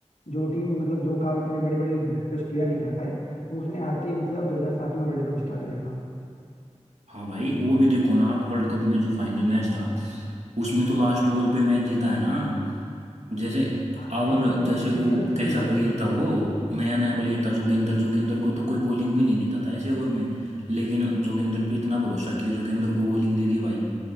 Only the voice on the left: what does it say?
जो टीम मतलब जो काम इतने बड़े बड़े दिग्गज प्लेयर नहीं कर पाए वो उसने आते ही मतलब 2007 में वर्ल्ड कप जिता दिया था
हाँ
एकदम एकदम
क्रिटिकल
सिचुएशन
थी